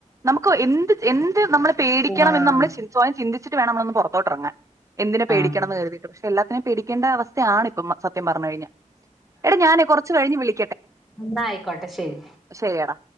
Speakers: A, on the right; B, in the centre.
A: നമുക്ക് എന്ത് എന്ത് നമ്മള് പേടിക്കണംന്ന്
B: ആഹ്
A: നമ്മള് സ്വയം ചിന്തിച്ചിട്ട് വേണം നമ്മ നമ്മളൊന്ന് പുറത്തോട്ടിറങ്ങാൻ എന്തിന് പേടിക്കണംന്ന്
B: ആഹ്
A: കരുതി പക്ഷെ എല്ലാത്തിനും പേടിക്കണ്ട അവസ്ഥയാണ് ഇപ്പം സത്യം പറഞ്ഞ കഴിഞ്ഞ എടാ ഞാനേ കുറച്ച് കഴിഞ്ഞ് വിളി-
B: ന്നായിക്കോട്ടെ ശരി
A: ശരിയടാ